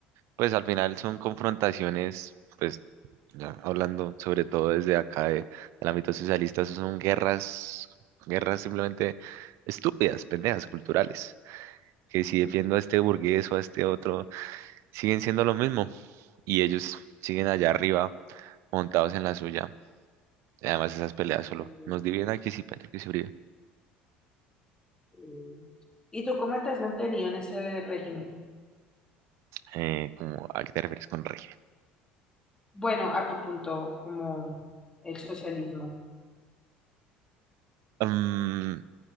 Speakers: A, on the right; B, on the left.
A: pues al final son confrontaciones, pues ya hablando sobre todo desde acá de- del ámbito socialista, eso son guerras, guerras simplemente estúpidas, pendejas, culturales que si
B: Mm,
A: defiendo a este burgués o a este otro, siguen siendo lo mismo y ellos siguen allá arriba montados en la suya. Y Además, esas peleas solo
B: mm.
A: nos dividen aquí sí, pero que se brillo.
B: mm. ¿Y tú cómo te has mantenido en ese régimen?
A: Eh, como, ¿a qué te refieres con rey?
B: Bueno, a tu punto, como el socialismo.
A: Mm,